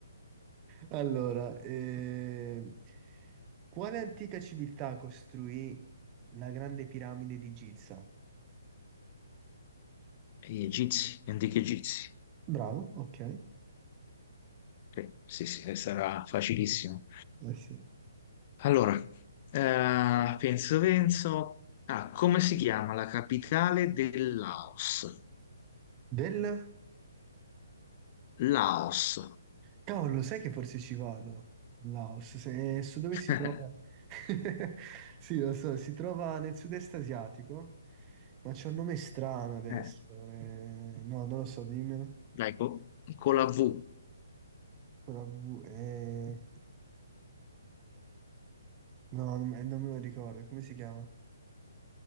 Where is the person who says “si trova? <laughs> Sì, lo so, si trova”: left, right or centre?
Right